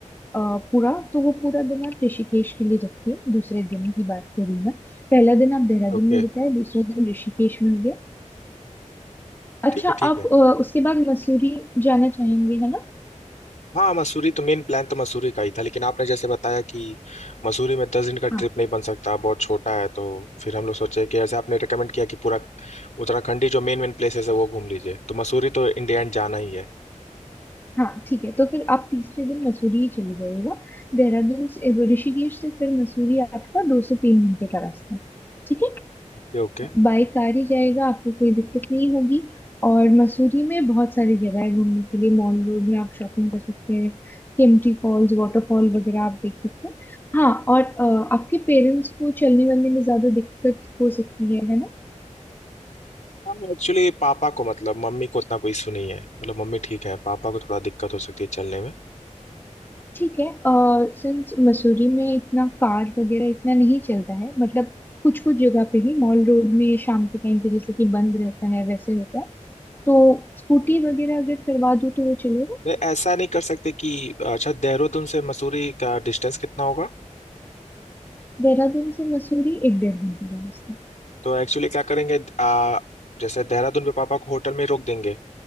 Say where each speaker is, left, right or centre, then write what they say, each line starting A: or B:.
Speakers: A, on the left; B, on the left.
A: अ, पूरा तो वो पूरा दिन आप ऋषिकेश के लिए रखिए दूसरे दिन की बात कर रही हूँ मैं पहला दिन आप देहरादून
B: okay
A: में बिताए दूसरा दिन ऋषिकेश में हो गया अच्छा
B: ठीक है
A: आप
B: ठीक है
A: अ, उसके बाद मसूरी जाना चाहेंगे है
B: हाँ मसूरी तो मेन प्लान तो मसूरी का ही था लेकिन आपने जैसे बताया कि मसूरी में दस दिन का ट्रिप
A: ना
B: नहीं बन सकता बहुत छोटा है तो फिर हम लोग सोचे कि जैसे आपने रिकमेंड किया कि पूरा उत्तराखंड ही जो मेन मेन प्लेसेस है वो घूम लीजिए तो मसूरी तो इंडिया एंड जाना ही है
A: हाँ ठीक है तो फिर आप तीसरे दिन मसूरी ही चले जाइएगा देहरादून से वो ऋषिकेश से फिर मसूरी आपका दो से तीन घंटे का रास्ता है ठीक है
B: Okay okay
A: बाय कार ही जाएगा आपको कोई दिक्कत नहीं होगी और मसूरी में बहुत सारी जगह है घूमने के लिए मॉल रोड में आप शॉपिंग कर सकते हैं केम्प्टी फॉल्स वाटरफॉल वगैरह आप देख सकते हैं हाँ और अ, आपके पेरेंट्स को चलने वलने में ज्यादा दिक्कत हो सकती है है ना
B: हाँ एक्चुअली पापा को मतलब मम्मी को उतना कोई इशू नहीं है मतलब मम्मी ठीक है पापा को थोड़ा दिक्कत हो सकती है चलने में
A: ठीक है सिंस मसूरी में इतना कार वगैरह इतना नहीं चलता है मतलब कुछ कुछ जगह पे ही मॉल रोड में शाम के टाइम पे जैसे कि बंद रहता है वैसे होता है तो स्कूटी वगैरह अगर करवा दूँ तो वो चलेगा
B: नहीं, ऐसा नहीं कर सकते कि अच्छा देहरादून से मसूरी का डिस्टेंस कितना होगा
A: देहरादून से मसूरी एक डेढ़ घंटे का रास्ता
B: तो एक्चुअली क्या करेंगे आ, जैसे देहरादून पे पापा को होटल में रोक देंगे